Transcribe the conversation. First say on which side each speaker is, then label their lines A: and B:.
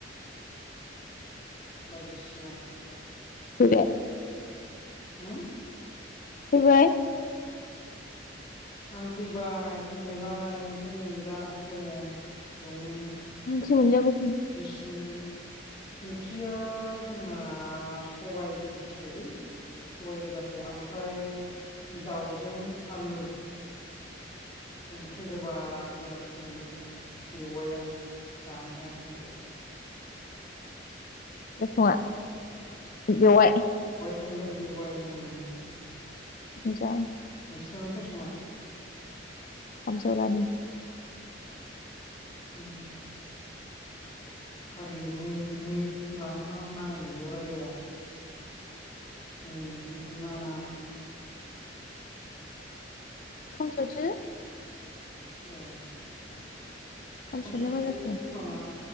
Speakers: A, on the left; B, on the left.
A: बायदिसिना
B: फैदो
A: हो
B: फैबाय
A: आं फैबाय फैनायालाय ओमफ्राय नै दा दङ बेयावनो
B: मोनजा
A: बिसनायावनो ओंख्रिया जोंना सबायजिसोलै सबायाइ गोजासो ओमफ्राय दाउजों आलु संख्रि गो बाब होनानै संदों बेववाइआ जानो हायासै ओमफ्राय
B: <unintelligible> बेवाय
A: दों बेवाय ओं
B: मोजां
A: लाय सोर सङा?
B: बिहामजो रानि
A: उम फाग्लि मुं मुं लानो हा नाङानो बेयाव रायलायबा उम खोनथानो नाङा
B: खामसावसो
A: ए
B: खामसावलाय
A: खामसाव साव
B: मा जाखो
A: नामा?